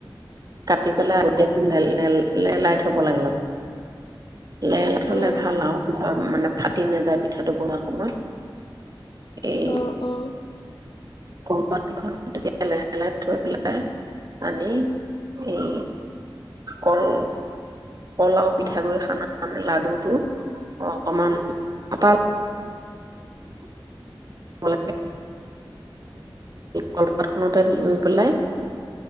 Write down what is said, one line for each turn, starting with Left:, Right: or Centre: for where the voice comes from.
Right: কাটি পেলাই গোটক লেল - লেল লেলাই থব লাগিল লেৰাল থলে
Left: উম
Right: ভাল আৰু মানে ফাটি নাযায় পিঠাটো বনোৱা সময়ত এই
Left: অ অ অ
Right: সৰু পাতকেইখন তেতিয়া লেলাই লেলাই থৈ পেলাই আনি এই কল কলও পিঠাগু়ৰ সানা মানে লাডুটো অকমান আ ল কলপাত খতে লৈ পেলাই